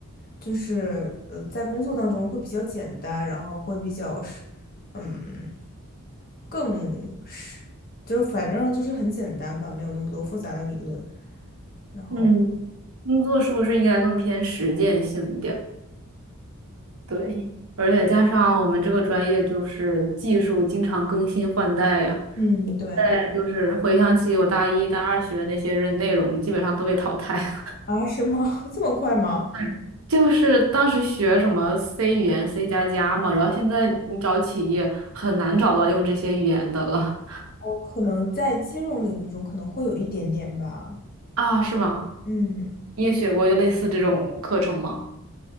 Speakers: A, on the left; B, on the right.
A: 就是呃，在工作当中会比较简单，然后会比较是。嗯。更是，就反正就是很简单吧，没有那么多复杂的理论。然后，
B: 嗯，工作是不是应该更偏实践性一点儿？对，而且加上我们这个专业就是技术经常更新换代呀，
A: 嗯，对，
B: 再就是回想起我大一、大二学的那些任内容，基本上都被淘汰了。
A: 啊，是吗？<laughs> 这么快吗？
B: <laughs> 就是当时学什么 C 语言、C 加加嘛，然后现在你找企业很难找到用这些语言的了
A: 哦，可能在金融领域中可能会有一点点吧。
B: 啊，是吧？
A: 嗯。
B: 你也学过就类似这种课程吗？